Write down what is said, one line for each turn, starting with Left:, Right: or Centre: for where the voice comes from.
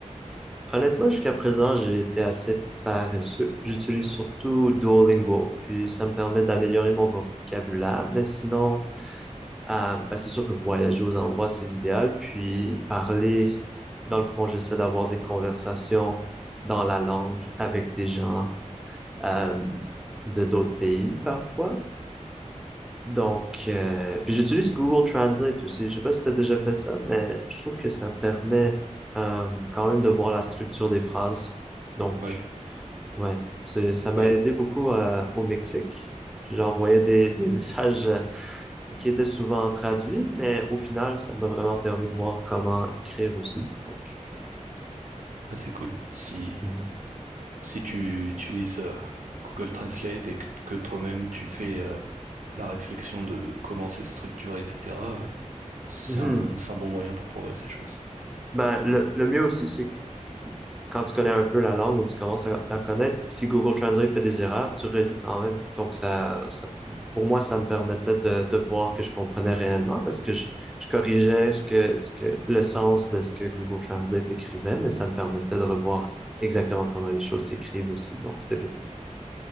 Centre: Honnêtement, jusqu'à présent, j'ai été assez paresseux. J'utilise surtout Duolingo, puis ça me permet d'améliorer mon vocabulaire, mais sinon, Euh, bah, c'est sûr que voyager aux endroits, c'est l'idéal. Puis parler, dans le fond, j'essaie d'avoir des conversations dans la langue avec des gens euh, de d'autres pays parfois. Donc, euh, puis j'utilise Google Translate aussi. Je sais pas si tu as déjà fait ça, mais je trouve que ça permet euh, quand même de voir la structure des phrases. Donc,
Right: Ouais,
Centre: ouais, c'est, ça m'a
Right: ouais,
Centre: aidé beaucoup euh, au Mexique. J'envoyais des, des <laughs> messages qui était souvent traduit, mais au final, ça m'a vraiment permis de voir comment écrire aussi. Donc,
Right: ah, c'est cool. Si.
Centre: mhm.
Right: si tu utilises euh, Google Translate et que, que toi-même tu fais euh, la réflexion de comment c'est structuré, etc., euh, c'est
Centre: Mhm.
Right: un, c'est un bon moyen pour progresser, je pense.
Centre: Ben, le, le mieux aussi, c'est quand tu connais un peu la langue ou tu commences à la connaître, si Google Translate fait des erreurs, tu relis quand même. Donc, ça, ça pour moi, ça me permettait de, de voir que je comprenais réellement parce que je, je corrigeais ce que, ce que, le sens de ce que Google Translate écrivait, mais ça me permettait de revoir exactement comment les choses s'écrivent aussi. Donc, c'était bien.